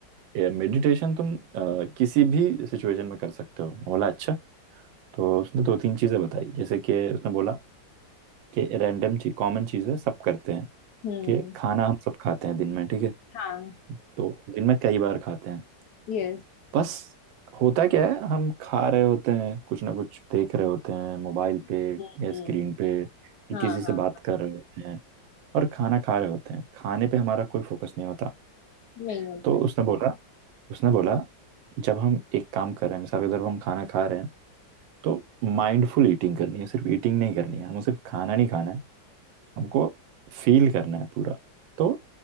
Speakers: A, on the right; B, on the left.
A: ये मेडिटेशन तुम अ, किसी भी सिचुएशन में कर सकते हो मैं बोला अच्छा तो उसने दो तीन चीजें बताई जैसे कि उसने बोला कि रैंडम चीज कॉमन चीज है सब करते हैं
B: हम्म
A: कि खाना हम सब खाते हैं दिन में ठीक है
B: हाँ
A: तो दिन में कई बार खाते हैं
B: यस
A: बस होता क्या है हम खा रहे होते हैं कुछ ना कुछ देख रहे होते हैं मोबाइल पे
B: हम्म
A: या
B: हम्म
A: स्क्रीन पे या
B: हाँ
A: किसी
B: हाँ
A: से बात कर रहे होते हैं और खाना खा रहे होते हैं खाने पे हमारा कोई फोकस नहीं होता
B: नहीं होता
A: तो
B: है
A: उसने बोला उसने बोला जब हम एक काम कर रहे हैं मिसाल के तौर पर हम खाना खा रहे हैं तो माइंडफुल ईटिंग करनी है सिर्फ ईटिंग नहीं करनी है हमें सिर्फ खाना नहीं खाना है हमको फील करना है पूरा तो